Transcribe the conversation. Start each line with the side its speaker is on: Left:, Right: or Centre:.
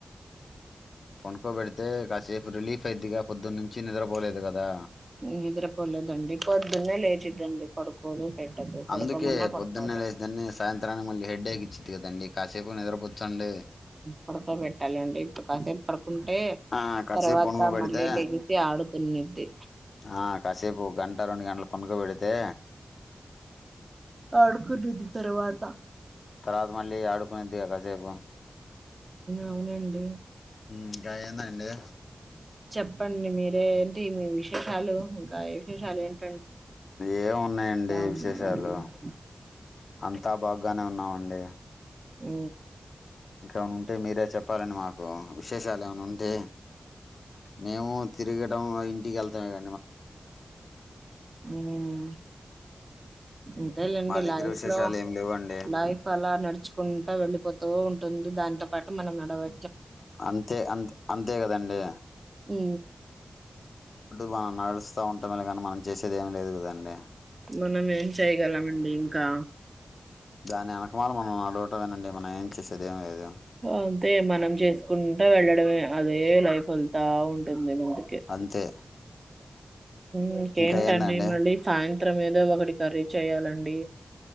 Left: పొనుకోబెడితే కాసేపు రిలీఫ్ అయిద్దిగా పొద్దునుంచి నిద్రపోలేదు కదా
Right: నిద్రపోలేదండి పొద్దున్నే లేచిద్దండి పడుకోదు పెట్టదు పడుకోమన్నా
Left: అందుకే
Right: పడుకోదు
Left: పొద్దున్నే లేసిద్దని సాయంత్రానికి మళ్ళీ హెడేక్ ఇచ్చిది కదండీ కాసేపు నిదర పుచ్చండి
Right: పడుకో పెట్టాలి అంటే కాసేపు పడుకుంటే
Left: ఆ కాసేపు
Right: తర్వాత
Left: పనుకోబెడితే
Right: మళ్ళీ లెగిసి ఆడు కొన్నిటి
Left: ఆ కాసేపు ఒక గంట రెండు గంటలు పొనుకొ పెడితే
Right: ఆడుకునిద్ది తరవాత
Left: తర్వాత మళ్ళీ ఆడుకునిద్దిగా కాసేపు
Right: అవునండి
Left: ఇంకా ఏందండి
Right: చెప్పండి మీరే? ఏమేమి విశేషాలు ఇంకా ఏం విశేషాలు ఏంటి
Left: ఏం ఉన్నాయండి
Right: ఉన్నారు
Left: విశేషాలు
Right: అందరూ
Left: అంతా బాగానే ఉన్నామండి.
Right: ఉ
Left: ఇంకేమన్నా ఉంటే మీరే చెప్ ప్పాలండి మాకు విశేషాలు ఏమైనా ఉంటే మేము తిరగటం ఇంటికెళ్తాం ఇగ
Right: నేనేమీ అంతేలెండి
Left: మా దగ్గర
Right: లైఫ్లో
Left: విశేషాలు ఏమి లేవండి
Right: లైఫ్ అలా నడుచుకుంటా వెల్లిపో తూ ఉంటుంది. దాంతో పాటు మనం నడవా
Left: అంతే అంతే అంతే కదండి.
Right: ఉ
Left: వా నడుస్త ఉంటా కానీ మనం చేసేది ఏం లేదు కదండి.
Right: మనం ఏం చేయ్యగలమండి ఇంకా
Left: దాని యెనక మనం <inaudible> మనం ఏం చేసేది ఏం లేదు.
Right: అంతే మనం చేసుకుంటా వెళ్ళడమే అదే లైఫ్ ఎల్తా ఉం <inaudible>
Left: అంతే
Right: మీకెంటండి
Left: ఇంకా ఏందండి
Right: మళ్ళీ సాయంత్ త్రం ఏదో ఒకటి కర్రీ చేయ్యాలండి.